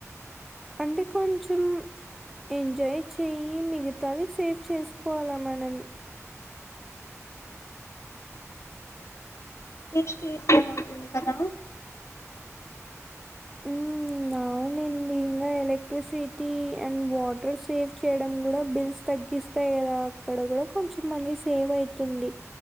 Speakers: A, in the centre; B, on the left.
A: అంటే కొంచం ఎంజాయ్ చేయి మిగతావి సేవ్ చేసుకోవాలా మనం
B: నెక్స్ట్ చేసే ఉంటుంది కదా
A: ఉమ్ అవునండి ఇంగ ఎలక్ట్రిసిటీ అండ్ వాటర్ సేఫ్ చేయడం కూడా బిల్స్తగ్గిస్తి కద అక్కడ కూడా కొంచెం మనీ సేవ్ అయితుంది